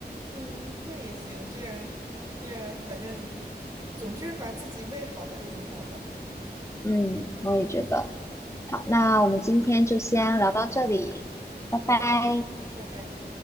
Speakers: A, on the right (about 20°); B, on the left (about 15°).
A: 嗯，那也行，这样这样，反正总之把自己喂好了就挺好的。
B: 嗯，我也觉得。好，那我们今天就先聊到这里，拜拜。
A: 好的，拜拜。